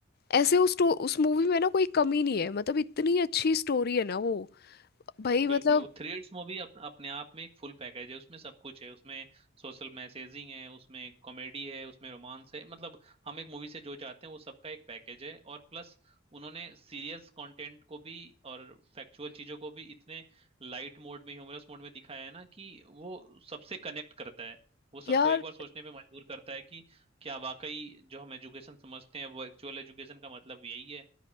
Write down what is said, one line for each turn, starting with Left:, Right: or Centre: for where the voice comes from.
Left: ऐसे उस स्टो- उस मूवी में ना कोई कमी नहीं है मतलब इतनी अच्छी स्टोरी है ना वो भाई मतलब
Right: बिल्कुल वो थ्री इडियट्स मूवी अप, अपने आप में एक फुल पैकेज है उसमें सब कुछ है उसमें सोशल मैसेजिंग है उसमें कॉमेडी है उसमें रोमांस है मतलब हम एक मूवी से जो चाहते हैं वो सबका एक पैकेज है और प्लस उन्होंने सीरियस कंटेंट को भी और फैक्चुअल चीजों को भी इतने लाइट मोड में ह्यूमरस मोड में दिखाया है ना कि वो सबसे कनेक्ट करता है वो सबको
Left: यार
Right: एक बार सोचने पे मजबूर करता है कि क्या वाकई जो हम एजुकेशन समझते हैं वो एक्चुअल एजुकेशन का मतलब यही है